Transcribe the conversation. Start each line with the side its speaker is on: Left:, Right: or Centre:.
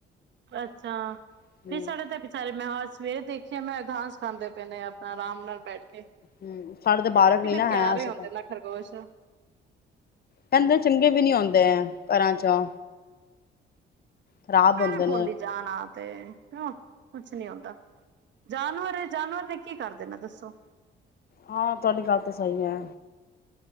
Right: ਅੱਛਾ ਨਹੀਂ
Left: ਹੂੰ
Right: ਸਾਡੇ ਤੇ ਬੇਚਾਰੇ ਮੈਂ ਸਵੇਰੇ ਦੇਖੀਏ ਮੈਂ ਘਾਸ ਖਾਂਦੇ ਪਏ ਨੇ ਆਪਣਾ ਆਰਾਮ ਨਾਲ ਬੈਠ ਕੇ
Left: ਹਮ ਸਾਡੇ ਤੇ ਬਾਰਕ ਨੀ
Right: ਕਿੰਨੇ
Left: ਨਾ
Right: ਪਿਆਰੇ
Left: ਹੈ ਅਸੀਂ
Right: ਹੁੰਦੇ
Left: ਤਾਂ,
Right: ਨਾ ਖਰਗੋਸ਼।
Left: ਕਹਿੰਦੇ ਚੰਗੇ ਵੀ ਨੀ ਹੁੰ ਘਰਾਂ ਚ। ਖਰਾਬ ਹੁੰਦੇ
Right: ਐਵੇਂ ਬੋਲੀ
Left: ਨੇ।
Right: ਜਾਣ ਆ ਤੇ ਕੁਛ ਨੀ ਹੁੰਦਾ। ਜਾਨਵਰ ਏ ਜਾਨਵਰ ਨੇ ਕੀ ਕਰ ਦੇਨੇ ਦੱਸੋ?
Left: ਹਾਂ, ਤੁਹਾਡੀ ਗੱਲ ਤਾਂ ਸਹੀ ਹੈ।